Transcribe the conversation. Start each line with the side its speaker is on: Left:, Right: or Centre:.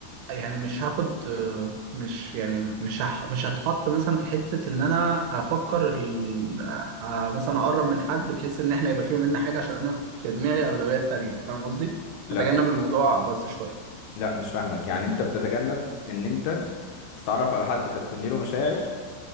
Right: يعني مش هاخد آه، مش يعني مش هح- مش هتحط مثلا في حتة إن أنا أفكر ال- آه، مثلا أقرب من حد بحيث إن إحنا يبقى فيه مننا حاجة عشان أنا في دماغي أولويات تانية فاهم قصدي؟
Left: لا
Right: أتجنب الموضوع بس شوية
Left: لا مش فاهمك يعني انت بتتجنب ان انت تتعرف على حد فتكني له مشاعر